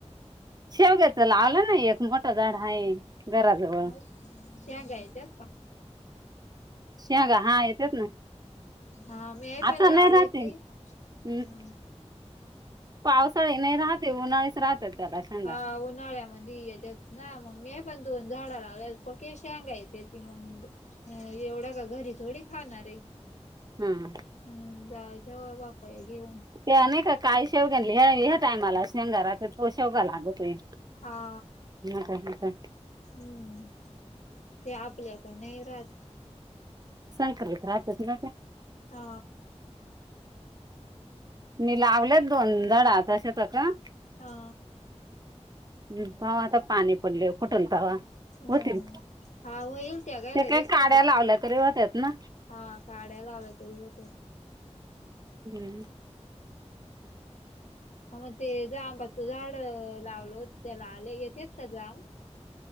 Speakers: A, on the right (about 35°); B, on the left (about 80°).
A: शेवग्याच ला आला ना एक मोठा झाड आहे. घराजवळ
B: आ शेग याच्या पा
A: शिहगा हा येतच ना
B: हा मी
A: आता
B: पण लावलं
A: नाही राहते
B: ती हम्
A: हम्म, पावसाळी नाही राहते उन्हाळेच राहतात. त्याला शेंगा
B: हा उन्हाळ्या म्हणजे येतात ना, मग मी पण दोन झाडा लावल्या, <unintelligible> शांगा येते ती मग अ एवढ्या का घरी थोडी खाणार आहे
A: हम्म
B: हम् जायच्या बापया घेऊन.
A: ते अने का काय शेवग्या टायमाला शेंगारा तो शेवगा लागतोय.
B: हा
A: ह का ह काय?
B: हम्म ते आपल्याकडन राहात.
A: शंकर ब राहतच ना का?
B: हा
A: मी लावलेत दोनदाड तश त क
B: हा
A: हम् पावा आता पाणी पडले फुटल पावा
B: हम्म
A: होतील ते
B: हा होईल त्या काय लगेच
A: काही काड्या
B: होत्यात
A: लावल्या तरी होत्याात ना.
B: हा काड्या लावल्या तरी होत.
A: <inaudible>
B: अहं ते जांबाचं झाड लावलं होत त्याला आले येतेत का जांब